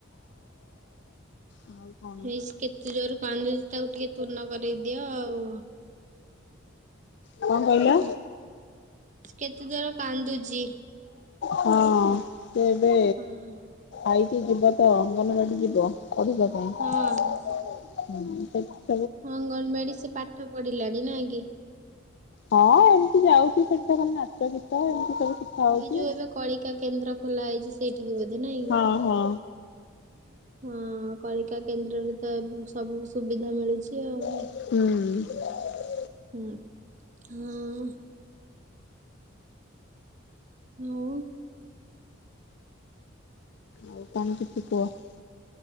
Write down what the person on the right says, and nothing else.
ହେଇ କେତେ ଜୋର କାନ୍ଦୁଛି ତାକୁ ଟିକେ ତୁନ କରେଇଦିଅ ଆଉ।
କେତେ ଯୋରେ କାନ୍ଦୁଚି।
ହଁ
ହଁ
ଅଙ୍ଗନବାଡି ସେ ପାଠ ପଢିଲାଣି ନାଇଁ କି। <inaudible>
ସେଇ ଯୋଉ ଏବେ କଳିକା କେନ୍ଦ୍ର ଖୋଲା ହେଇଛି ସେଇଠି ବୋଧେ ନାଇଁ
କି
ହଁ କଳିକା କେନ୍ଦ୍ରରେ ତ ଏ ସବୁ ସୁବିଧା ମିଳୁଛି ଆଉ।
ହୁଁ ହଁ ଆଉ